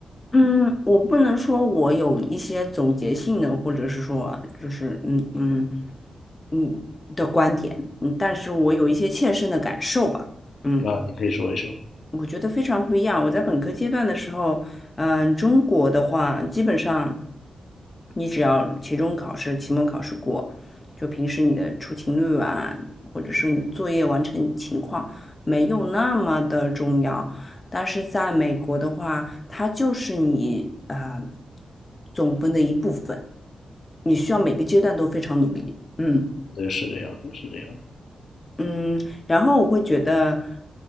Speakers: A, on the left; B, on the left.
A: 嗯，我不能说我有一些总结性的，或者是说就是嗯嗯嗯的观点，嗯，但是我有一些切身的感受吧。嗯。
B: 啊，你可以说一说，
A: 我觉得非常不一样。我在本科阶段的时候，嗯、中国的话，基本上你只要期中考试、期末考试过，就平时你的出勤率啊，或者说你作业完成情况没有那么的重要。但是在美国的话，它就是你啊总分的一部分，你需要每个阶段都非常努力。嗯。
B: 对，是这样的，是这样的，
A: 嗯，然后我会觉得，